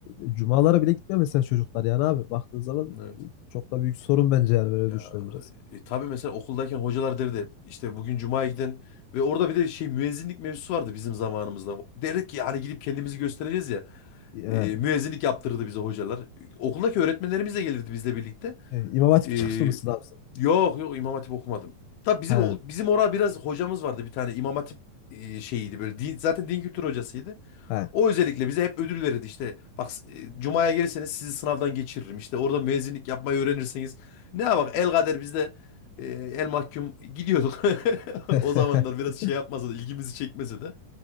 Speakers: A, on the left; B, on the left.
A: e, cumalara bile gitmiyor mesela çocuklar yani abi baktığın zaman
B: Evet.
A: çok da büyük sorun bence yani böyle
B: Ya
A: düşünüyorum biraz.
B: e, tabii mesela okuldayken hocalar derdi hep işte bugün cumaya gidin ve orada bir de şey müezzinlik mevzusu vardı bizim zamanımızda. Derdik ki hani gidip kendimizi göstereceğiz ya.
A: Ya,
B: E, müezzinlik yaptırırdı bize hocalar. E, Okuldaki öğretmenlerimiz de gelirdi bizle birlikte.
A: e, İmam Hatip
B: E,
A: çıkışlı mısın abi sen?
B: yok yok İmam Hatip okumadım. Tabii bizim
A: He
B: o- bizim orada biraz hocamız vardı bir tane İmam Hatip e, şeyiydi böyle din, zaten din kültürü hocasıydı.
A: he.
B: O özellikle bize hep ödül verirdi işte. Bak e, Cuma'ya gelirseniz sizi sınavdan geçiririm. İşte orada müezzinlik yapmayı öğrenirseniz. Ne bak el kader biz de e, el mahkum gidiyorduk. <laughs>
A: <laughs>
B: O zamanlar biraz şey yapmasa da ilgimizi çekmese de.